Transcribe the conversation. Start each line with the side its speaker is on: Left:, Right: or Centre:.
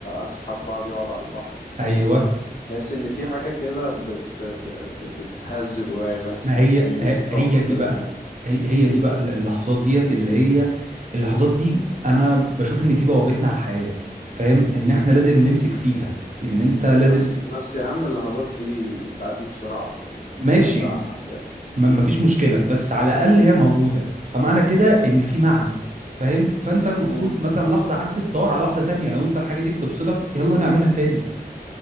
Left: اسحب بعضي واقعد على البحر فاهم
Right: ايوه
Left: بحس ان في حاجه كده بت... ب- بتتهز جوايا بحس
Right: ما
Left: ان
Right: هي
Left: في
Right: ه-
Left: طاقه
Right: هي دي
Left: كده
Right: بقى
Left: جديده
Right: هي هي دي بقى اللحظات ديت اللي هي اللحظات دي انا بشوف ان دي بوابتنا على الحياة فاهم ان
Left: مم.
Right: احنا لازم نمسك فيها ان انت لازم
Left: بس بس يا عم اللحظات دي بتعدي بسرعة يعني
Right: ماشي
Left: بتلاقيها بتاع معدية
Right: ما ما فيش مشكله بس على الاقل هي موجوده فمعنى كده ان في معنى فاهم فانت المفروض
Left: امم
Right: مثلا لحظه عدت تدور على واحده تانية لو انت الحاجه دي بتبسطك يلا نعملها تاني